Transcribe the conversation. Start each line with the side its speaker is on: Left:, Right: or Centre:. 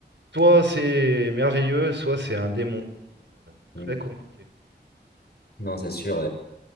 Right: soit c'est merveilleux, soit c'est un démon. Donc, euh, c'est très
Left: Mm.
Right: compliqué.
Left: Non, c'est sûr.